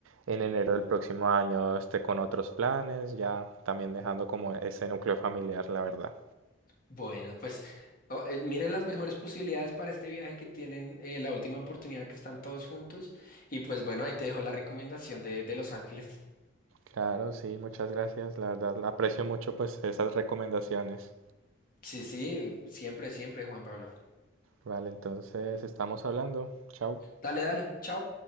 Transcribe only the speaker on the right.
en enero del próximo año esté con otros planes, ya también dejando como ese núcleo familiar, la verdad.
Claro, sí, muchas gracias, la verdad aprecio mucho pues esas recomendaciones.
Vale, entonces estamos hablando. Chao.